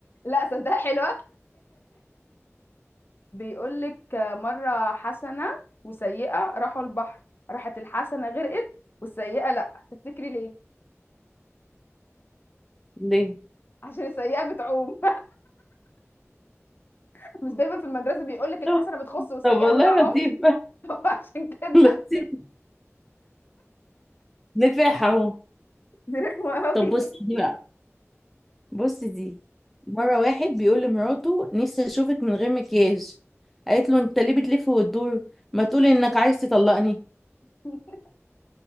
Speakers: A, on the left; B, in the centre.
A: لا صدق حلوة <laughs> بيقولك مرة حسنة وسيئة راحوا البحر راحت الحسنة غرقت والسيئة لأ تفتكري ليه؟
B: ليه
A: عشان السيئة بتعوم <laughs> مش دايما في المدرسة بيقولك الحسنة
B: طب
A: بتخص والسيئة
B: طب والله
A: بتعوم
B: لطيف
A: <laughs> هو عشان كده
B: <laughs> لطيف نفاح اهو
A: دي رخمة قوي
B: طب بصي دي بقى بصي دي مرة واحد بيقول لمراته نفسي اشوفك من غير مكياج قالت له انت ليه بتلف وتدور ما تقولي انك عايز تطلقني
A: <laughs>